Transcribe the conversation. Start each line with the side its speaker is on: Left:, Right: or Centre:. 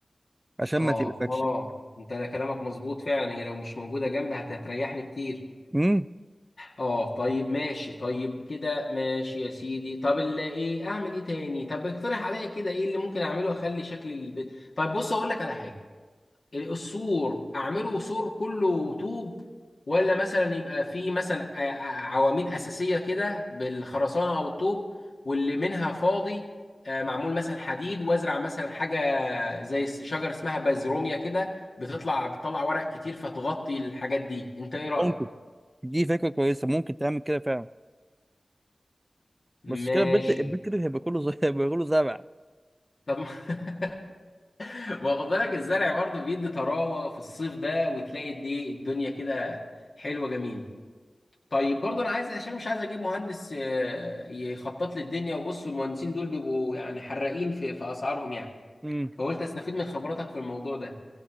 Right: عشان
Left: اه
Right: ما تبقاش
Left: اه
Right: يعني
Left: انت لا كلامك مظبوط فعلا هي لو مش موجوده جنبي هت- هتريحني كتير
Right: امم
Left: اه طيب ماشي طيب كده ماشي يا سيدي طب اللي ايه اعمل ايه تاني طب اقترح عليا كده ايه اللي ممكن اعمله اخلي شكل البيت طيب بص اقول لك على حاجه السور اعمله سور كله طوب ولا مثلا يبقى فيه مثلا ع- ع- عواميد اساسيه كده بالخرسانه او الطوب واللي منها فاضي آه، معمول مثلا حديد وازرع مثلا حاجه زي الس- شجره اسمها بازروميا كده بتطلع بتطلع ورق كتير فتغطي الحاجات دي انت ايه رايك
Right: ممكن دي فكرة كويسة ممكن تعمل كده فعلا بس
Left: ماشي
Right: كده البيت البيت كده هيبقى كله ز- <laughs> هيبقى كله زرع
Left: طب ما <laughs> ما خد بالك الزرع برضه بيدي طراوه في الصيف ده وتلاقي دي الدنيا كده حلوه جميله طيب برضه انا عايز عشان مش عايز اجيب مهندس آه، يخطط لي الدنيا وبص المهندسين دول بيبقوا يعني حراقين في في اسعارهم يعني
Right: امم
Left: فقلت استفيد من خبراتك في الموضوع ده